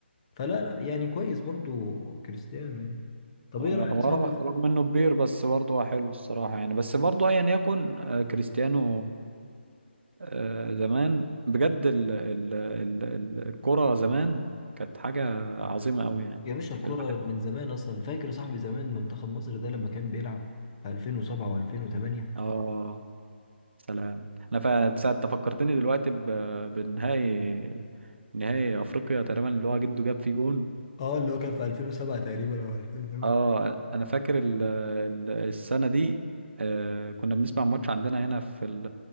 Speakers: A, on the left (about 30°); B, on the right (about 70°).
A: فلا لا يعني كويس برضه كريستيانو يعني طب
B: آه،
A: إيه رأيك
B: هو
A: صعب
B: رغ- رغم انه كبير بس برضه هو حلو الصراحة يعني بس برضه ايا يكن آه، كريستيانو آه، زمان بجد ال... ال... ال... ال- الكرة زمان كانت حاجة عظيمة قوي يعني
A: يا باشا الكرة
B: الواحد
A: من زمان أصلا فاكر صاحبي زمان منتخب مصر ده لما كان بيلعب في 2007 و2008
B: اه سلام انا فعلا ساعة أنت فكرتني دلوقتي ب... بنهائي نهائي افريقيا تقريبا اللي هو جده جاب فيه جون
A: اه اللي هو كان في 2007 تقريبا او 2008
B: اه انا أنا فاكر ال... ال- السنة دي آه كنا بنسمع ماتش عندنا هنا في ال...